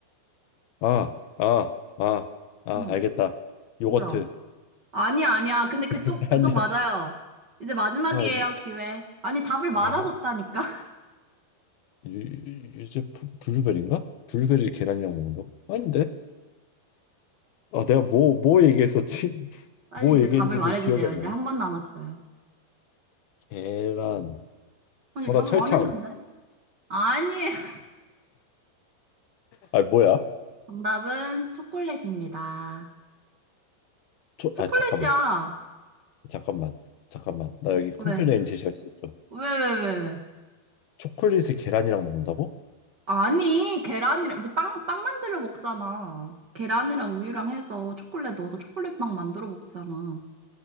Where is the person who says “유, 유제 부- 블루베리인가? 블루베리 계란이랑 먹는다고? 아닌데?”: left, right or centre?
Left